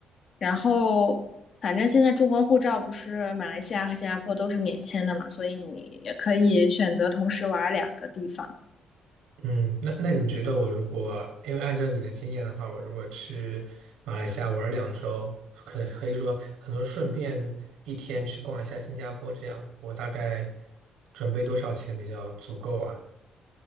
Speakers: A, on the left; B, on the right.
A: 然后，反正现在中国护照不是马来西亚和新加坡都是免签的嘛，所以你也可以选择同时玩两个地方。
B: 嗯，那那你觉得我如果因为按照你的经验的话，我如果去马来西亚玩儿两周，可可以说可能顺便一天去逛一下新加坡，这样我大概准备多少钱比较足够啊？